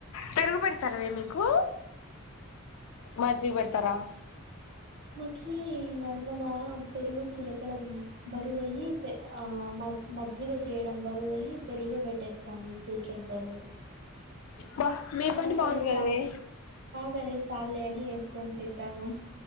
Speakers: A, on the left (about 80°); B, on the right (about 55°).
A: పెరుగు పెడతార మీకు మజ్జిగ పెడతారా.
B: కి నడమన. పెరుగు చిలకడం బరువయ్యి ఆ మజ్జిగ. చేయడం బరువు అయ్యి పెరుగే పెట్టేస్తుంది చిలికేక్ బరువు.
A: బా మీ
B: మా
A: పని
B: కదే
A: బాగుంది కదవే
B: స కదేే స్ చాల్లే అని వేసుకొని తింటానం